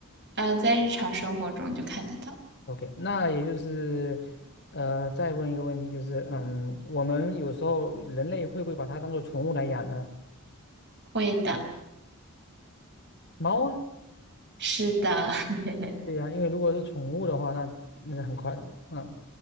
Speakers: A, on the right (about 55°); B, on the left (about 55°).
A: 嗯，在日常生活中就看得到。
B: ？OK，那也就是呃再问一个问题，就是嗯，我们有时候人类会不会把它当做宠物来养呢？
A: 会的，
B: 猫啊，
A: 是的，<laughs>
B: 对呀，因为如果是宠物的话，那那是很快的。嗯，